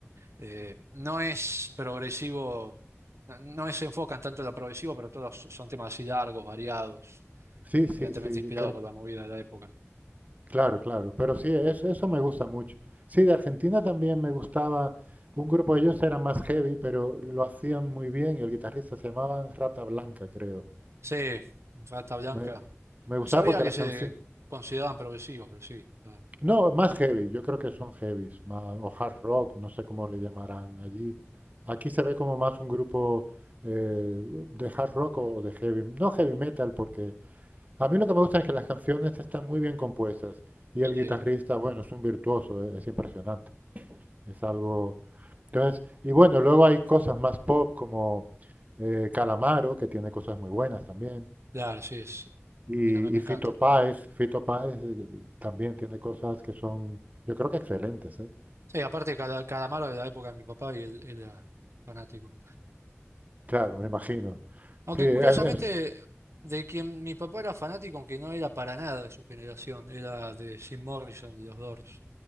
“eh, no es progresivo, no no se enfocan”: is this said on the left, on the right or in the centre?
Right